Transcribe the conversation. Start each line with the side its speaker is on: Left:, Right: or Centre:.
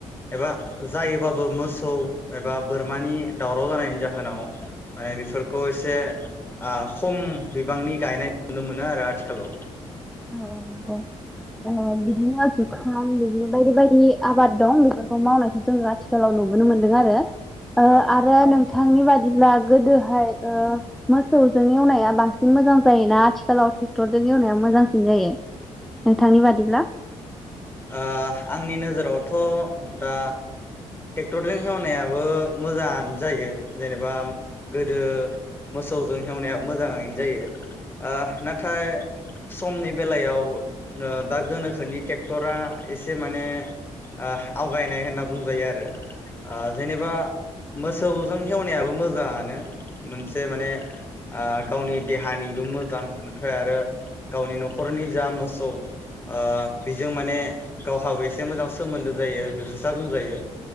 Left: एबा जायोबाबो मौसौ एबा बोरमानि दावराव जानायनि जोहोनाव माने बि फोरखौ एसे ओ खम बिबांनि गायनाय नुनो मोनो आरो आथिखालाव
Centre: औ औ नंगौ जेन बिदिनो जुखाम बिदि बायदि बायदि आबाद दं बेफोरखौ मावनायखौ जोङो आथिखालाव नुबोनो मोनदों आरो ओ
Left: औ ओ
Centre: आरो नोंथा थांनि बादिब्ला गोदोहाय ओ मोसौजों एवनाया बांस <unintelligible> मोजां जायोना आथिखालाव थेक्टरजों एवनाया मोजां स सिन जायो नोंथांनि बादिब्ला
Left: ओ आंनि नोजोरावथ' दा थेक्टरजों हेवनायाबो मोजाङानो जायो जेनेबा म गोदो मोसौजों हेवनायाबो मोजाङैनो जायो ओ नाथाय समनि बेलायाव ओ दा गोनोखोनि टेक टरा एसे माने ओह आवगायनाय होनना बुंजायो आरो ओ जेनेबा मोसौजों हेवनायाबो मोजाङानो मोनसे माने आ गावनि देहानिबो मोजां ओमफ्राय आरो गावनि न'खरनि जा मोसौ ओ बेजों माने गावहाबो एसे मोजां सोमोन्दो जायो बेफोरसा बुंजायो